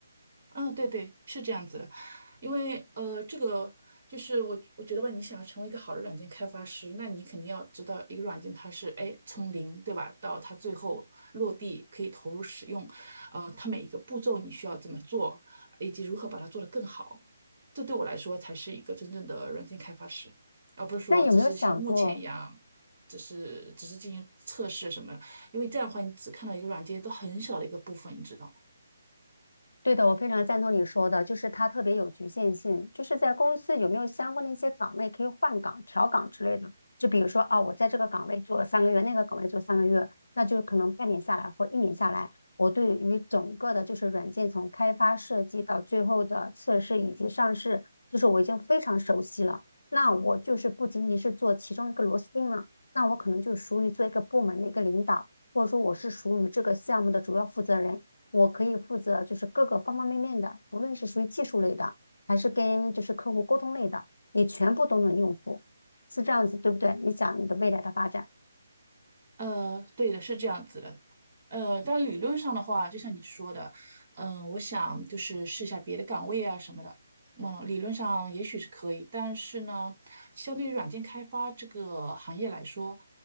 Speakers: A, on the right; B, on the left.
A: 嗯，对对，是这样子的，因为呃，这个就是我我觉得吧，你想要成为一个好的软件开发师，那你肯定要知道一个软件它是哎从零对吧，到它最后落地可以投入使用，呃，它每一个步骤你需要怎么做，以及如何把它做得更好，这对我来说才是一个真正的软件开发师，而不是说只是像目前一样，
B: 那有没有想过，
A: 只是只是进行测试什么，因为这样的话你只看到一个软件都很小的一个部分，你知道吗
B: 对的，我非常赞同你说的，就是它特别有局限性，就是在公司有没有相关的一些岗位可以换岗、调岗之类的。就比如说啊，我在这个岗位做了三个月，那个岗位做三个月，那就可能半年下来或一年下来，我对于整个的就是软件从开发设计到最后的测试以及上市，就是我已经非常熟悉了。那我就是不仅仅是做其中一个螺丝钉了，那我可能就属于做一个部门的一个领导，或者说我是属于这个项目的主要负责人。我可以负责就是各个方方面面的，无论是属于技术类的，还是跟就是客户沟通类的，你全部都能应付，是这样子，对不对？你想你的未来的发展。
A: 呃，对的，是这样子的。呃，但理论上的话，就像你说的，嗯、我想就是试一下别的岗位啊什么的。嗯，理论上也许是可以，但是呢，相对于软件开发这个行业来说，